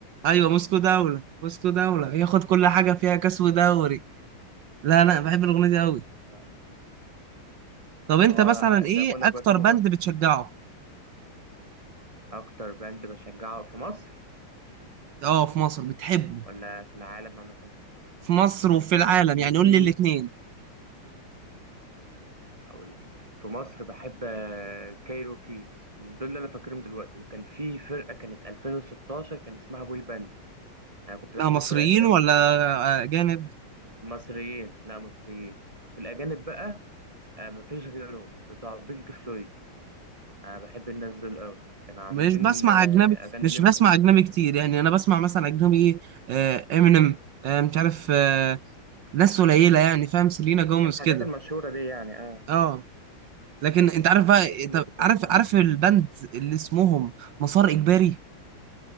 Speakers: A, on the right (about 65°); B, on the right (about 15°).
A: ايوه موسكو دوله موسكو دوله ياخد كل حاجه فيها كاس ودوري لا لا بحب الاغنيه دي قوي
B: آه.
A: طب انت
B: هو
A: مثلا
B: زي
A: ايه
B: ما بقول لك
A: اكتر
B: بقى في مغني
A: باند بتشجعه
B: أكتر باند بشجعه في مصر
A: اه في مصر بتحبه
B: ولا في العالم عامة
A: في مصر
B: في مصر
A: وفي العالم
B: يا سيدي
A: يعني قول لي الاثنين
B: هقول لك. في مصر بحب آه، كايروكي دول اللي انا فاكرهم دلوقتي وكان في فرقه كانت 2016 كان اسمها بوي باند انا كنت بحب
A: لا مصريين
B: الفرقه دي قوي
A: ولا آه، اجانب
B: مصريين لا مصريين في الاجانب بقى آه، مفيش غيرهم بتوع بينك فلويد انا بحب الناس دول قوي كانوا عاملين
A: مش بسمع
B: آه،
A: اجنبي
B: اغاني
A: مش
B: ليهم
A: بسمع
B: كانت حلوه
A: اجنبي كتير يعني انا بسمع مثلا اجنبي ايه آه، امينيم آه، مش عارف آه، ناس قليله يعني فاهم سيلينا جوميز
B: الحاجات
A: كده
B: المشهوره دي يعني اه
A: اه لكن انت
B: اه
A: عارف بقى
B: حاجات الناس
A: انت
B: المشهوره
A: عارف عارف
B: دول
A: البند اللي اسمهم مسار اجباري